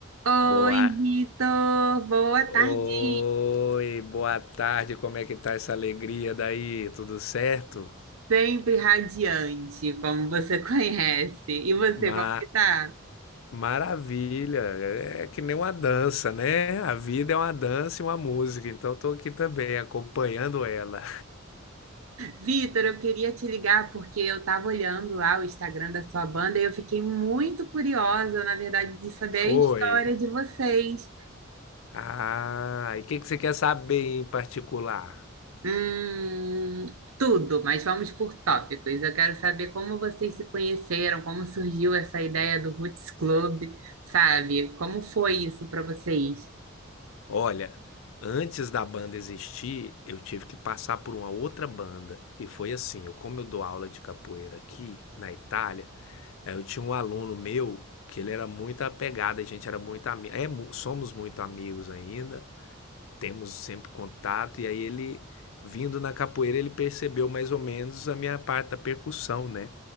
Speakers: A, on the right; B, on the left.
A: Oi,
B: Boa.
A: Vitor, boa
B: Oi,
A: tarde.
B: boa tarde. Como é que tá essa alegria daí? Tudo certo?
A: Sempre radiante, como você <laughs> conhece. E você,
B: Ma
A: como que tá?
B: maravilha. É que nem uma dança, né? A vida é uma dança e uma música, então eu tô aqui também acompanhando ela.
A: Vitor, eu queria te ligar porque eu estava olhando lá o Instagram da sua banda e eu fiquei muito curiosa, na verdade, de saber
B: Foi.
A: a história de vocês.
B: Ah, e o que que você quer saber em particular?
A: Hum, tudo, mas vamos por tópicos. Eu quero saber como vocês se conheceram, como surgiu essa ideia do Roots Club, sabe? Como foi isso para vocês?
B: Olha, antes da banda existir, eu tive que passar por uma outra banda. E foi assim, eu, como eu dou aula de capoeira aqui na Itália, É, eu tinha um aluno meu que ele era muito apegado, a gente era muito amigo, é, mu- somos muito amigos ainda, temos sempre contato, e aí ele, vindo na capoeira, ele percebeu mais ou menos a minha parte da percussão, né?